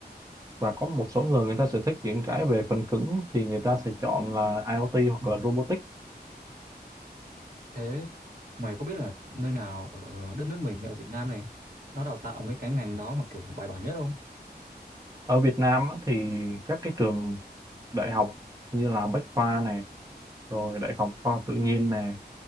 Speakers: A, on the right (about 20°); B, on the right (about 55°).
A: và có một số người người ta sẽ thích những cái về phần cứng thì người ta sẽ chọn là IoT hoặc là robotics
B: thế mày có biết là nơi nào ở đất nước mình ở Việt Nam này nó đào tạo mấy cái ngành đó mà kiểu bài bản nhất không
A: ở Việt Nam á, thì các cái trường đại học như là Bách Khoa này rồi Đại học Khoa học Tự nhiên này